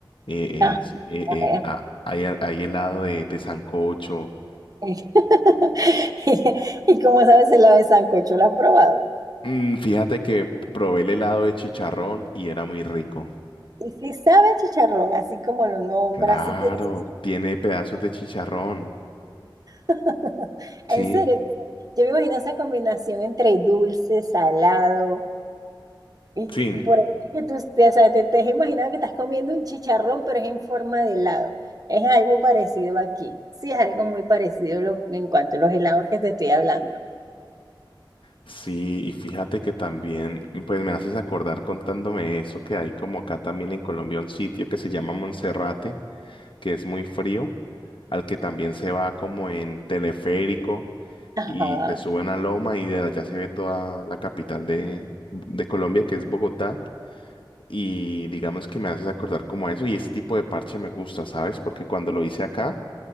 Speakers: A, on the left; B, on the right.
A: eh,
B: ajá,
A: eh, sí, eh, eh,
B: eh, eh.
A: ah, hay, hay helado de, de sancocho.
B: <laughs> Y y como sabes, el ave sancocho, ¿lo has probado?
A: Mm, fíjate que probé el helado de chicharrón y era muy rico.
B: Y si sabe a chicharrón, así como lo nombra,
A: Claro,
B: si tiene su sentido.
A: tiene pedazos de chicharrón.
B: <laughs>
A: Sí,
B: En serio, o sea, yo me imagino esa combinación entre dulce, salado, y
A: sí,
B: por aquí que tú, estés- o sea, te, te has imaginado que estás comiendo un chicharrón, pero es en forma de helado. Es algo parecido aquí. Sí, es algo muy parecido lo- en cuanto a los helados que te estoy hablando.
A: sí, y fíjate que también, pues me haces acordar contándome eso, que hay como acá también en Colombia un sitio que se llama Monserrate. que es muy frío, al que también se va como en teleférico
B: Ajá.
A: y se sube a una loma y de allá se ve toda la capital de, de Colombia, que es Bogotá. Y digamos que me haces acordar como a eso y ese tipo de parche me gusta, ¿sabes? Porque cuando lo hice acá,